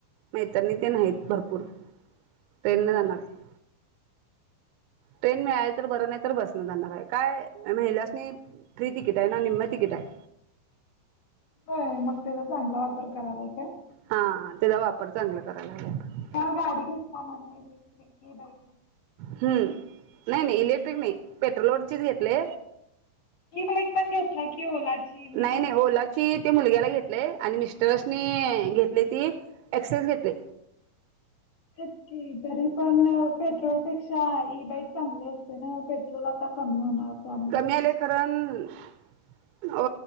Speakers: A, on the right; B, on the left.
A: मैतणी ते नाहीत भरपूर ट्रेन न जाणार आहे ट्रेन मिळाल तर बरं नाही तर बस काय महिला प्रीती किटाय ना निमती गिटाय
B: ब मग त्याचा चांगला वापर करायलाय का
A: हा त्याचा वापर चांगला करायला हवा आपण
B: काल गाडी घेतला म्हणा घ की बाई
A: हम्म नाही नाही इलेक्ट्रिक नाही पेट्रोलवरचीच घेतले
B: ई बाईक पण घेतला की ओलाची मी
A: नाही
B: म्हटली
A: नाही ला मुलग्याला घेत आणि मि स घेतली ती एक्सेस घेतली
B: शतककी तरी पण पेट्रोल पेक्षा ई बाईक चांगली असते ना पेट्रोल आता कमी होणार त्यामुळे
A: कमी आले खरण अ